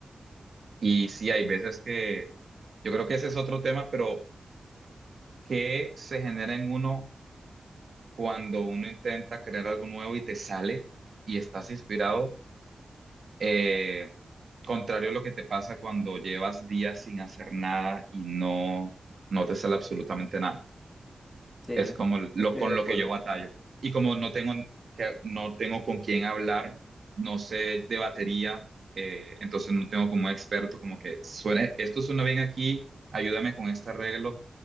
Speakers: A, on the right (about 55°); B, on the left (about 15°).
A: Y sí, hay veces que yo creo que ese es otro tema, pero ¿qué se genera en uno cuando uno intenta crear algo nuevo y te sale y estás inspirado? Eh, Contrario a lo que te pasa cuando llevas días sin hacer nada y no, no te sale absolutamente nada.
B: sí,
A: Es como lo
B: estoy
A: con
B: de acuerdo.
A: lo que yo batallo. Y como no tengo, que, no tengo con quién hablar, no sé de batería, eh, entonces no tengo como experto, como que suena, esto suena bien aquí, ayúdame con este arreglo.